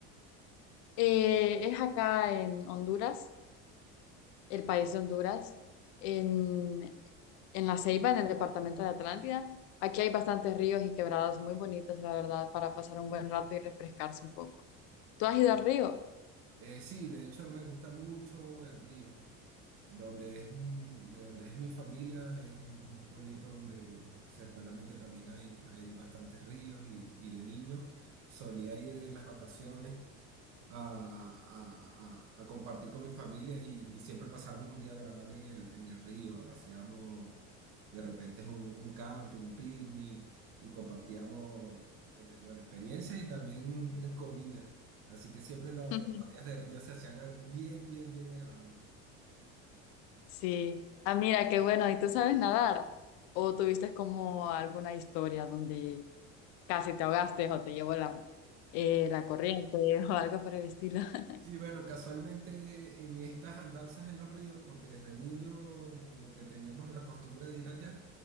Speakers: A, on the left; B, on the right.
A: Eh, es acá en Honduras, el país de Honduras, en, en La Ceiba, en el departamento de Atlántida. Aquí hay bastantes ríos y quebradas muy bonitas, la verdad, para pasar un buen rato y refrescarse un poco. ¿Tú has ido al río?
B: Eh, sí, de hecho me gusta mucho el río. Donde es, mm, de donde es mi familia, es un, un pueblito donde cercanamente también hay, hay bastantes ríos y, y de niños solía ir en las vacaciones a, a- a- a compartir con mi familia y, y siempre pasábamos un día agradable en el, en el río. Hacíamos de repente un, un camping, un picnic y compartíamos, eh, bueno, experiencias y también eh, comida. Así que siempre lo-
A: <laughs>
B: los días de río se hacían eh, bien, bien, bien agradables.
A: Sí. Ah, mira, qué bueno. ¿Y tú sabes nadar? ¿O tuviste como alguna historia donde casi te ahogaste o te llevó la, eh, la corriente <laughs> o algo por el estilo? <laughs>
B: Sí, bueno, casualmente en estas andanzas en los ríos, porque desde niño como que teníamos la costumbre de ir allá,